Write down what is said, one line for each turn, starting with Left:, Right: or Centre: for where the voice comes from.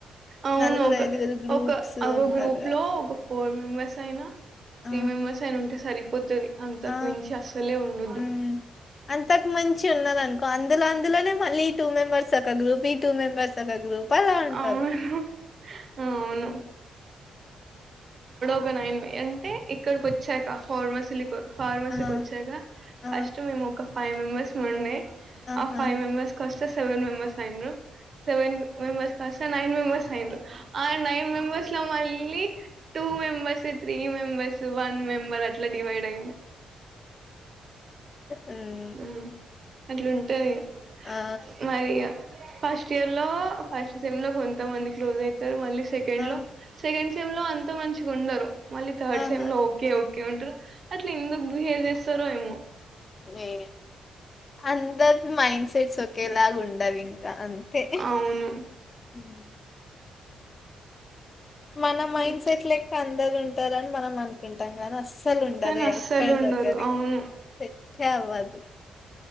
Right: అవును
Left: నలుగురు
Right: ఒక
Left: ఐదుగురు గ్రూప్స్
Right: ఒక ఒక
Left: ఉంటారుగా
Right: గ్రూప్ లో ఫోర్ మెంబెర్స్ అయినా
Left: ఆ
Right: త్రీ మెంబెర్స్ అయిన ఉంటే సరిపోతది అంతకుమించి
Left: ఆ
Right: అసలే ఉండదు
Left: ఉమ్. అంతకు మించి ఉన్నదనుకో అందులో అందులోనే మళ్ళీ ఈ టూ మెంబర్స్ ఒక గ్రూ ఈ టూ మెంబర్స్ ఒక గ్రూప్ ప్పలా అంటారు
Right: అవును. అవును. ఓపెన్ అయింది అంటే ఇక్కడికి వచ్చాక ఫార్మసిలి ఫార్మసీకి
Left: ఆ
Right: వచ్చాక
Left: ఆ
Right: ఫస్ట్ మేము ఒక ఫైవ్ మెంబెర్స్ ఉండే
Left: ఆహా
Right: ఆ ఫైవ్ మెంబర్స్ కస్తే సెవెన్ మెంబర్స్ అయిన్ర సెవెన్ మెంబర్స్ కాస్త నైన్ మెంబెర్స్ అయిన్ర ఆ నైన్ మెంబెర్స్ లో మళ్ళీ two members three three members one member అట్లా డివైడ్ అయింది
Left: ఉమ్,
Right: ఉ అట్లుంటదిగ
Left: ఆ
Right: మరీగా ఫస్ట్ ఇయర్ లో ఫస్ట్ సెమ్ లో కొంతమంది క్లోజ్ అయితరూ మళ్ళీ సెకండ్
Left: ఆ
Right: లో సెకండ్ సెమ్ లో అంత మంచిగా ఉండరు మళ్ళీ థర్డ్
Left: ఆహా
Right: సెమ్ లో ఓకే ఓ కే ఉంటారు అట్లా ఎందుకు బిహేవ్ చేస్తారో ఏమో
Left: ఏ అందరి మైండ్ సెట్స్ ఒకేలాగా ఉండవు ఇంకా అంతే
Right: అవును
Left: ఉ మన మైండ్
Right: ఉమ్.
Left: సెట్ లెక్క అందరు ఉంటారని మనం అనుకుంటాం గాని అస్ సలు ఉండరు
Right: కానీ అస్సలు
Left: కద
Right: ఉండరు
Left: క క్వదు
Right: అవును
Left: ఒకర్ ఒకరిది <unintelligible>